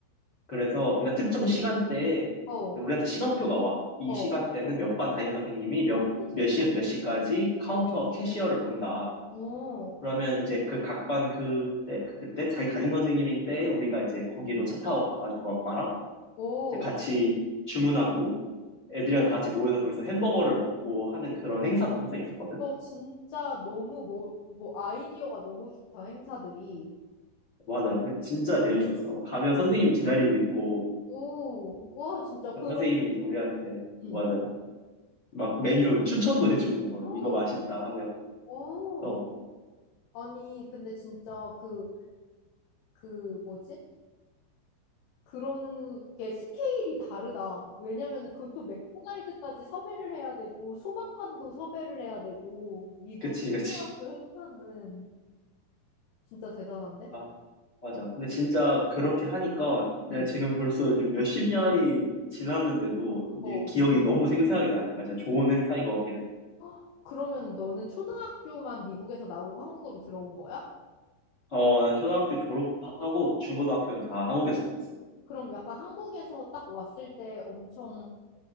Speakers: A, on the left; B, on the left.
A: 그래서, 그러니까 특정 시간대에
B: 어,
A: 우리한테 시간표가 와. 이
B: 어.
A: 시간대는 몇 반 담임 선생님이 몇,
B: 어,
A: 몇
B: 대박.
A: 시에서 몇 시까지 카운터
B: 어,
A: 캐시어를 본다.
B: 어,
A: 그러면 이제 그 각반 그때 그때 자기 담임 선생님인 때 우리가 이제 거기로 차 타고 가가지고 엄마랑
B: 어.
A: 이제 같이 주문하고 애들이랑 다 같이 모여서 거기서 햄버거를 먹고 하는 그런
B: 어,
A: 행사가 항상 있었거든.
B: 너 진짜 너무 뭐, 뭐 아이디어가 너무 좋다, 행사들이.
A: 맞아, 진짜 재밌었어. 가면 선생님 기다리고 있고
B: 오, 와, 진짜 그런,
A: 선생님이 이제 우리한테
B: 응.
A: 맞아 막 메뉴 추천도 해주고 막
B: 어,
A: 이거 맛있다 하면
B: 어.
A: 어
B: 아니, 근데 진짜 그, 그 뭐지? 그런 게 스케일이 다르다. 왜냐면은 그것도 맥도날드까지 섭외를 해야 되고 소방관도 섭외를 해야 되고 미국
A: 그치
B: 초등학교
A: 그치
B: 행사는 진짜 대단한데?
A: 아, 맞아. 근데 진짜 그렇게 하니까 내가
B: 응.
A: 지금 벌써 지금 몇십 년이 지났는데도
B: 어.
A: 이 기억이 너무 생생하게 나니까 진짜 좋은 행사인 것 같긴 해.
B: 헉, 그러면 너는 초등학교만 미국에서 나오고 한국으로 들어온 거야?
A: 어, 난 초등학교 졸업하고 중고등학교는 다 한국에서 다녔어.
B: 그럼 약간 한국에서 딱 왔을 때 엄청